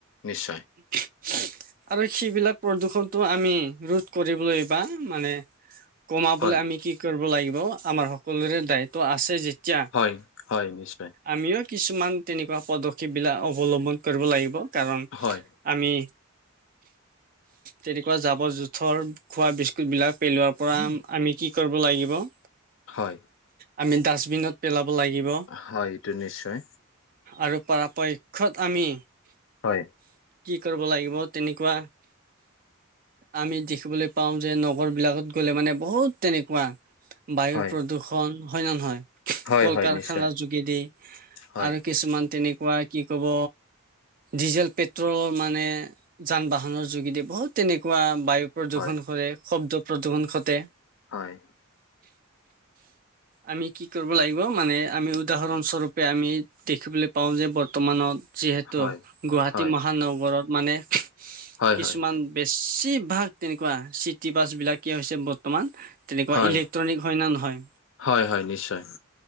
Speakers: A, on the left (about 65°); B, on the right (about 40°).
A: নিশ্চয়।
B: উ <unintelligible> আৰু সেইবিলাক প্ৰদূ্ষণটো আমি ৰোধ কৰিবলৈ বা মানে কমাবলে
A: হয়,
B: আমি কি কৰব লাগিব আমাৰ সকলোৰে দায়িত্ব আছে যেতিয়া
A: হয়, হয় নিশ্চয়।
B: আমিও কিছুমান তেনেকুৱা পদক্ষেপবিলাক অৱলম্বন কৰিব লাগিব কাৰণ
A: হয়,
B: আমি তেনেকুৱা জাবৰ -জোথৰ খোৱা বিস্কুট বিলাক পেলোৱাৰ পৰা আ আমি কি কৰিব লাগিব <inaudible>
A: হয়।
B: আমি ডাষ্টবিনত পেলাব লাগিব।
A: হয় এইটো নিশ্চয়।
B: আৰু পৰাপক্ষত আমি
A: হয়,
B: কি কৰিব লাগিব তেনেকুৱা আমি দেখিবলৈ পাও যে নগৰ বিলাকত গলে মানে বহুত তেনেকুৱা বায়ুৰ
A: হয়,
B: প্ৰদূষণ হয় নে নহয়
A: হয়,
B: কল
A: হয়,
B: কাৰখানাৰ
A: নিশ্চয়।
B: যোগেদি
A: হয়,
B: আৰু কিছুমান তেনেকুৱা কি ক'ব ডিজেল পেট ট্ৰল মানে যান- বাহনৰ যোগেদি বহুত তেনেকুৱা বায়ু প্ৰদূষণ
A: হয়,
B: কৰে, শব্দ প্ৰদূষণ ঘটে।
A: হয়।
B: আমি কি কৰিব লাগিব মানে আমি উদাহৰণস্বৰূপে আমি দেখিবলৈ পাওঁ যে বৰ্তমানত যিহেতু
A: হয়,
B: গুৱাহাটী
A: হয়,
B: মহানগৰত মানে
A: হয়,
B: কিছুমান
A: হয়,
B: বেছিভাগ তেনেকুৱা চিটি বাছ বিলাকে কি হৈছে বৰ্তমান তেনেকুৱা
A: হয়,
B: ইলেক্ট্ৰনিক হয় নে নহয়?
A: হয়, হয়, নিশ্চয়।